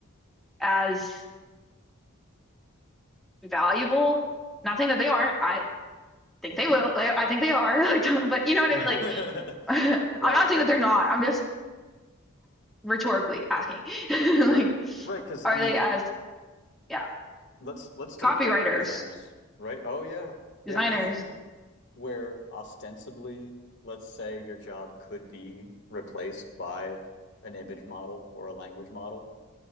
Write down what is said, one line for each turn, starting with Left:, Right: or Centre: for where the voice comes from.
Centre: as valuable not saying that they aren't I think they will. Like, I think they are. <laughs> Like, but you know what
Left: <laughs> Right.
Centre: I mean? Like, <laughs> I'm
Left: Right.
Centre: not saying
Left: Right.
Centre: that they're not. I'm just rhetorically asking. <laughs> Like,
Left: Right. Right. Because
Centre: are
Left: I mean,
Centre: they as, yeah,
Left: let's let's take
Centre: copywriters,
Left: graphic designers. Right. Oh yeah. Yeah.
Centre: designers,
Left: Anything where ostensibly, let's say your job could be replaced by an image model or a language model,